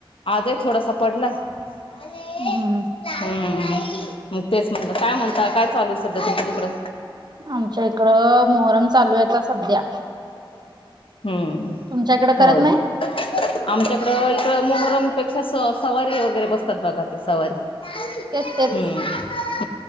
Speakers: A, on the left; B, on the right.
A: आजही थोडासा पडला अले
B: हम्म
A: लाई हम्म मग तेच म्हणत काय म्हणता काय चालू आहे सध्या तुमच्या तिकडं
B: आमच्या इकडं मोहरम चालू आहे आता सध्या
A: हम्म
B: तुमच्याकडे करत
A: होय
B: नाही
A: आमच्याकडं इकड मोहरम पेक्षा स सवारी वगैरे बसतात बघा ते सवारी हम्
B: तेच तेच